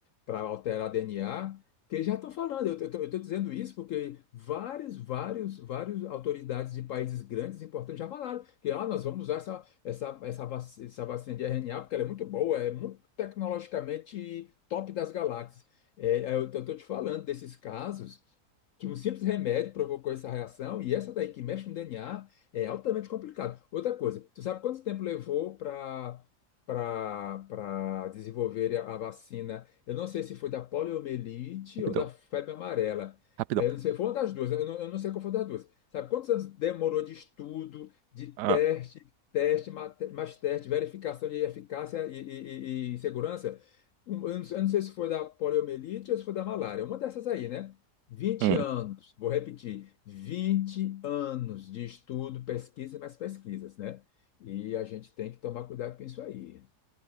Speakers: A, on the left (about 65°); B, on the right (about 85°).
A: para alterar DNA, que já estão falando. Eu estou dizendo isso porque vários, vários, vários autoridades de países grandes, importantes, já falaram que ah, nós vamos usar essa, essa, essa, vac- essa vacina de RNA porque ela é muito boa, é muito tecnologicamente top das galáxias. É, é, eu estou te falando desses casos que um simples remédio provocou essa reação e essa daí que mexe no DNA é altamente complicado. Outra coisa, tu sabe quanto tempo levou para para desenvolver a a vacina eu não sei se foi da poliomielite
B: Rapidão,
A: ou da febre amarela.
B: rapidão.
A: É, eu não sei, foi uma das duas. né? Eu não, eu não sei qual foi das duas. Sabe quantos anos demorou de estudo, de
B: Ah,
A: teste, teste, mate- mais teste, verificação de eficácia e, e- e- e segurança? Um, Eu não, eu não sei se foi da poliomielite ou se foi da malária. Uma dessas aí, né? Vinte
B: hum.
A: anos, vou repetir, 20 anos de estudo, pesquisa e mais pesquisas, né? E a gente tem que tomar cuidado com isso aí.